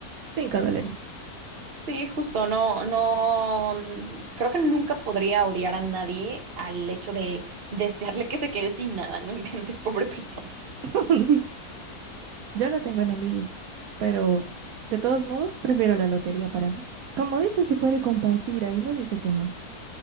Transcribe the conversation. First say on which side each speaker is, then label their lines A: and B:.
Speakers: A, on the right; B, on the right.
A: Cinco dolaritos.
B: Sí, justo, no, no, mm, creo que nunca podría odiar a nadie al hecho de desearle que se quede sin nada, no inventes, <laughs> pobre persona.
A: <laughs> Yo no tengo enemigos, pero de todos modos prefiero la lotería para mí. Como dice, se puede compartir, ahí no dice que no.